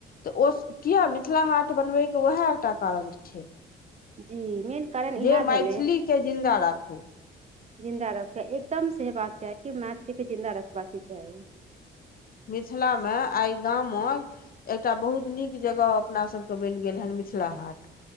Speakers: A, on the left (about 45°); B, on the right (about 35°).
A: तऽ ओ किया मिथिला हाट बनबैके उएह एकटा कारण छै
B: जी मेन कारण इएह
A: जे मैथिली
B: भेलै
A: के जिन्दा राखू
B: जिन्दा रखै एकदम से हेबाक चाही कि मैथिलीे के जिन्दा रखबा के चाही
A: मिथिला मे आइ गामक एकटा बहुत नीक जगह अपना सभके बनि गेल हन मिथिला हाट